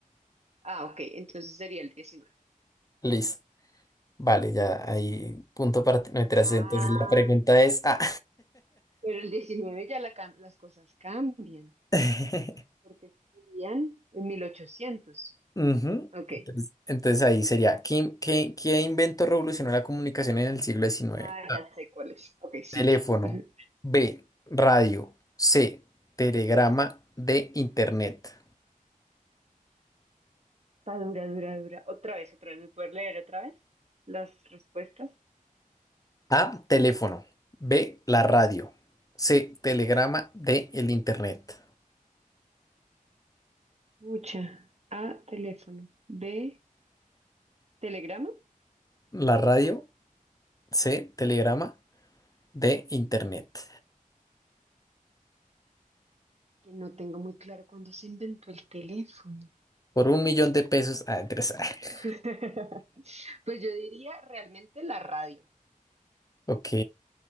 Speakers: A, on the right; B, on the left.
A: Ah, ok. Entonces sería el 19.
B: listo. Vale, ya ahí punto para ti. No, mentiras,
A: Ah,
B: entonces la pregunta es... ah.
A: pero el 19 ya la cam- las cosas cambian,
B: <laughs>
A: porque serían en mil ochocientos
B: Ujú.
A: Ok.
B: Entonces, entonces ahí sería, ¿qué, qué, qué invento revolucionó la comunicación en el siglo diecinueve?
A: Ah, ya sé cuál es. Ok, sigue.
B: Teléfono.
A: Ujú.
B: B. Radio. C. Telegrama. D. Internet.
A: Está dura, dura, dura. Otra vez, otra vez. ¿Me puedes leer otra vez las respuestas?
B: A. Teléfono. B. La radio. C. Telegrama. D. El Internet.
A: Mucha. A, teléfono. B, ¿Telegrama?
B: La radio. C. Telegrama. D. Internet.
A: que no tengo muy claro cuándo se inventó el teléfono.
B: Por un millón de pesos. Ah, interesante. <laughs>
A: <laughs> Pues yo diría realmente la radio.
B: Ok.